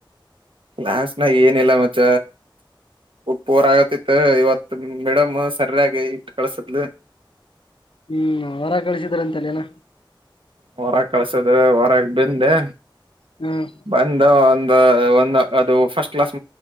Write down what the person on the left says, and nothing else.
ಹ್ಮ್ ಹೊರ ಕಳಸಿದ್ರ ಅಂತಲ್ಲೇನ
ಹ್ಮ್